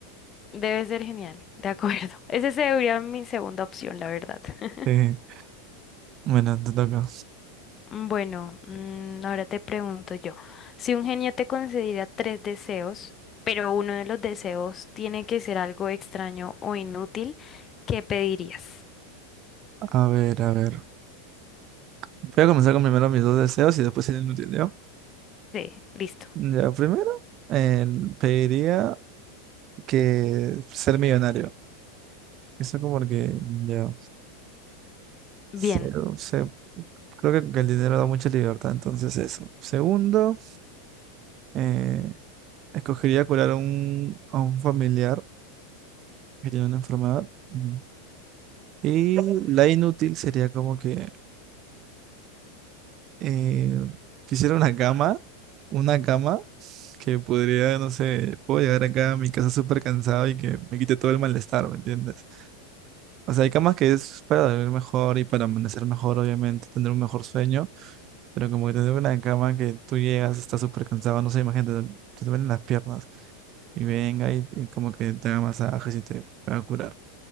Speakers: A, on the left; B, on the right.
A: Debe ser genial, de acuerdo. <laughs> Esa sería mi segunda opción, la verdad. <laughs>
B: Sí. Bueno, te toca.
A: Bueno, mm, ahora te pregunto yo, si un genio te concediera tres deseos, pero uno de los deseos tiene que ser algo extraño o inútil, ¿qué pedirías?
B: A ver, a ver. Voy a comenzar con primero mis dos deseos y después el inútil, ¿ya?
A: Sí, listo.
B: Ya, primero, eh, pediría que ser millonario. Eso como que, ya,
A: Bien,
B: se- se- creo que, que el dinero da mucha libertad, entonces eso. Segundo, eh, escogería curar a un, a un familiar que tiene una enfermedad. Mm. Y la inútil sería como que eh, quisiera una cama, una cama que podría, no sé, puedo llegar acá a mi casa súper cansado y que me quite todo el malestar, ¿me entiendes? O sea, hay camas que es para dormir mejor y para amanecer mejor, obviamente, tener un mejor sueño, pero como que tener una cama que tú llegas, estás súper cansado, no sé, imagínate, te duelen las piernas y venga y, y como que te haga masajes y te pueda curar.